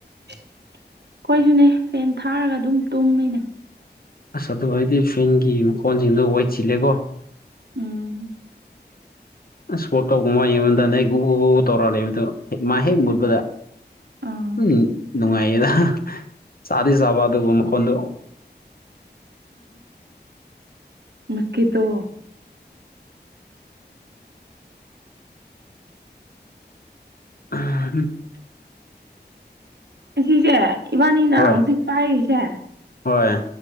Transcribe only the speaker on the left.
ꯑꯁ ꯑꯗꯨ ꯑꯩꯗꯤ ꯐꯦꯟꯒꯤ ꯃꯈꫭꯟꯁꯤꯡꯗꯣ ꯋꯦꯠ ꯁꯤꯜꯂꯦꯀꯣ
ꯑꯁ ꯋꯥꯜꯀꯥꯞꯒꯨꯝꯕ ꯌꯦꯡꯕꯗꯅꯦ ꯒꯨ ꯒꯨꯕ ꯇꯧꯔꯒ ꯂꯩꯕꯗꫭ ꯃꯥ ꯍꯦꯛ ꯃꯨꯠꯕꯗ
ꯎꯝ ꯅꯨꯡꯉꯥꯏꯌꯦꯗ ꯆꯥꯗꯤ ꯆꯥꯕ ꯑꯗꯨꯕꯨ ꯃꯈꯣꯟꯗꯣ
<inaudible>
ꯍꯣꯏ
ꯍꯣꯏ